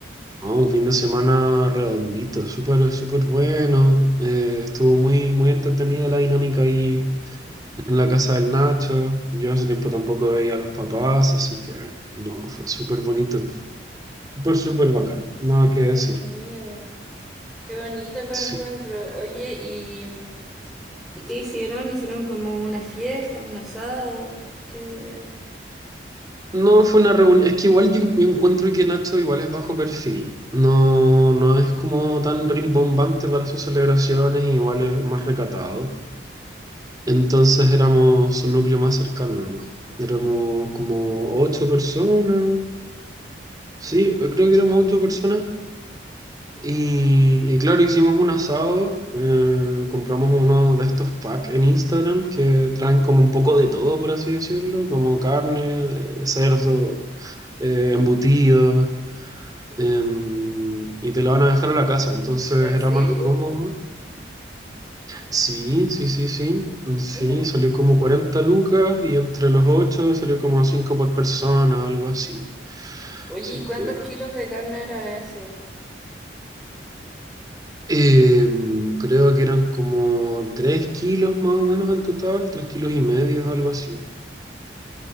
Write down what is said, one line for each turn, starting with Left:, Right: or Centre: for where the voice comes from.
Right: Ah, un fin de semana redondito, súper, súper bueno. Eh, estuvo muy, muy entretenida la dinámica ahí en la casa del Nacho. Yo hace tiempo tampoco veía a los papás, así que no, fue súper bonito. Súper, súper bacán, nada
Centre: Qué entretenido.
Right: que decir.
Centre: Qué bonito el reencuentro.
Right: Sí,
Centre: Oye, ¿Y qué hicieron? ¿Hicieron como una fiesta, un asado? ¿Qué?
Right: No fue una reunión, es que igual yo, en- yo encuentro que Nacho igual es bajo perfil, no, no es como tan rimbombante para sus celebraciones, igual es más recatado. Entonces éramos un núcleo más cercano nomás, éramos como ocho personas, sí, creo que éramos ocho personas. Y, y claro, hicimos un asado, eh, compramos uno de estos packs en Instagram que traen como un poco de todo, por así decirlo, como carne, eh, cerdo, embutidos Em, y te la van a dejar a la casa, entonces
Centre: ¿En
Right: era
Centre: serio?
Right: más cómodo. Sí, sí, sí, sí. mm, Sí,
Centre: Mira.
Right: salió como 40 lucas y entre los 8 salió como 5 por persona o algo así.
Centre: Oye,
Right: Así
Centre: ¿y cuántos
Right: que
Centre: kilos de carne era eso?
Right: em, creo que eran como 3 kilos más o menos en total, 3 kilos y medio, algo así.